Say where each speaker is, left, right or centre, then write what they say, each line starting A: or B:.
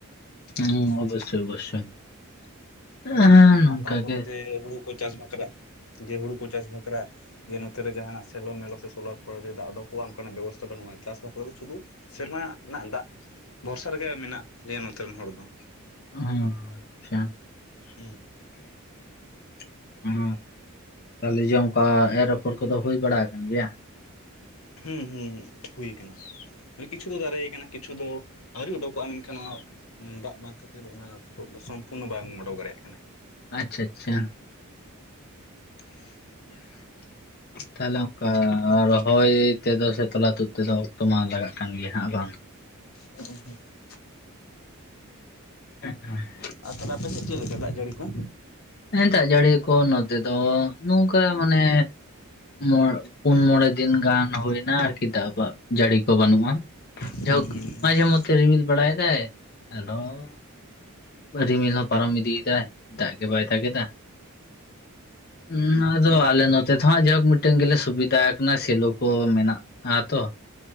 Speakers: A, on the left; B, on the left.
A: ᱦᱩᱸ ᱚᱵᱚᱥᱥᱚᱭ ᱚᱵᱚᱥᱥᱚᱭ
B: ᱦᱩᱸ
A: ᱦᱮᱸ ᱱᱚᱝᱠᱟ
B: ᱟᱨ ᱛᱟᱯᱚᱨᱮ
A: ᱜᱮ᱾
B: ᱡᱮ ᱦᱩᱲᱩ ᱠᱚ ᱪᱟᱥ ᱵᱟᱠᱷᱨᱟ ᱫᱤᱭᱮ ᱦᱩᱲᱩ ᱠᱚ ᱪᱟᱥ ᱵᱟᱠᱷᱨᱟ ᱡᱮ ᱱᱚᱛᱮ ᱨᱮ ᱡᱟᱦᱱᱟᱜ ᱥᱮᱞᱚ ᱢᱮᱞᱚ ᱥᱮ ᱥᱳᱞᱟᱨ ᱠᱚᱨᱮ ᱫᱤᱭᱮ ᱫᱟᱜ ᱩᱰᱩᱠᱚᱜᱼᱟ, ᱚᱝᱠᱟᱱᱟᱜ ᱵᱮᱵᱚᱥᱛᱷᱟ ᱵᱟᱹᱱᱩᱜᱼᱟ ᱪᱟᱥ ᱵᱟᱠᱷᱨᱟ ᱫᱚ ᱥᱩᱫᱷᱩ ᱥᱮᱨᱢᱟ ᱨᱮᱱᱟᱜ ᱫᱟᱜ ᱵᱷᱚᱨᱥᱟ ᱨᱮᱜᱮ ᱢᱮᱱᱟᱜ ᱞᱮᱭᱟ ᱱᱚᱛᱮ ᱨᱮᱱ ᱦᱚᱲ ᱫᱚ᱾
A: ᱦᱚᱸ ᱟᱪᱪᱷᱟ
B: ᱦᱩᱸ
A: <inaudible> ᱦᱩᱸ ᱛᱟᱦᱞᱮ ᱡᱮ ᱚᱝᱠᱟ ᱮᱨ ᱟᱯᱷᱚᱨ ᱠᱚᱫᱚ ᱦᱩᱭ ᱵᱟᱲᱟ ᱟᱠᱟᱱ ᱜᱮᱭᱟ?
B: ᱦᱩᱸ ᱦᱩᱸ ᱦᱩᱸ ᱦᱩᱭ ᱠᱟᱱᱟ᱾ ᱠᱤᱪᱷᱩ ᱫᱚ ᱫᱟᱨᱮᱭ ᱠᱟᱱᱟ ᱠᱤᱪᱷᱩ ᱫᱚ ᱟᱹᱣᱨᱤ ᱩᱰᱩᱠᱚᱜᱼᱟ ᱢᱮᱱᱠᱷᱟᱱ ᱱᱚᱣᱟ ᱩᱸ ᱫᱟᱜ ᱵᱟᱝ ᱠᱷᱟᱹᱛᱤᱨ ᱚᱱᱟ ᱥᱚᱢᱯᱩᱨᱱᱚ ᱵᱟᱝ ᱚᱰᱚᱠ ᱫᱟᱲᱮᱭᱟᱜ ᱠᱟᱱᱟᱭ᱾
A: ᱟᱪᱪᱷᱟ ᱟᱪᱪᱷᱟ
B: <inaudible>
A: ᱛᱟᱦᱞᱮ ᱚᱝᱠᱟ ᱨᱚᱦᱚᱭ ᱛᱮᱫᱚ ᱥᱮ ᱛᱚᱞᱟ ᱛᱩᱫ ᱛᱮᱫᱚ ᱚᱠᱛᱚ ᱢᱟ ᱞᱟᱜᱟᱜ ᱠᱟᱱ ᱜᱮᱭᱟ ᱦᱟᱸᱜ ᱵᱟᱝ?
B: <unintelligible>
A: <inaudible>
B: ᱟᱨ ᱛᱟᱦᱚᱞᱮ ᱟᱯᱮ ᱥᱮᱜ ᱪᱤᱜ ᱞᱮᱠᱟ ᱫᱟᱜ ᱡᱟᱹᱲᱤ ᱠᱩ?
A: ᱮᱸ ᱫᱟᱜ ᱡᱟᱹᱲᱤ ᱠᱚ ᱱᱚᱛᱮ ᱫᱚ ᱱᱚᱝᱠᱟ ᱢᱟᱱᱮ ᱢᱚᱸᱲ ᱯᱩᱱ ᱢᱚᱬᱮ ᱫᱤᱱ ᱜᱟᱱ ᱦᱩᱭᱱᱟ ᱟᱨᱠᱤ ᱫᱟᱜ ᱵᱟ ᱡᱟᱹᱲᱤ ᱠᱚ ᱵᱟᱹᱱᱩᱜᱼᱟ᱾
B: ᱦᱩᱸ
A: ᱡᱷᱟᱦᱳᱠ
B: ᱦᱩᱸ
A: ᱢᱟᱡᱷᱮ ᱢᱚᱫᱽᱫᱷᱮ ᱨᱤᱢᱤᱞ ᱵᱟᱲᱟᱭ ᱫᱟᱭ ᱟᱨᱚᱸ ᱨᱤᱢᱤᱞ ᱦᱚᱸ ᱯᱟᱨᱚᱢ ᱤᱫᱤ ᱮᱫᱟᱭ ᱫᱟᱜ ᱜᱮ ᱵᱟᱭ ᱫᱟᱜᱮᱫᱟ᱾ ᱩᱸ ᱟᱫᱚ
B: ᱦᱩᱸ
A: ᱟᱞᱮ ᱱᱚ ᱛᱮᱛᱷᱚ ᱦᱟᱸᱜ ᱡᱟᱭᱦᱳᱠ ᱢᱤᱴᱮᱝ ᱜᱮᱞᱮ ᱥᱩᱵᱤᱫᱟ ᱟᱠᱟᱱᱟ ᱥᱮᱞᱳ ᱠᱚ ᱢᱮᱱᱟᱜᱼᱟ ᱛᱚ᱾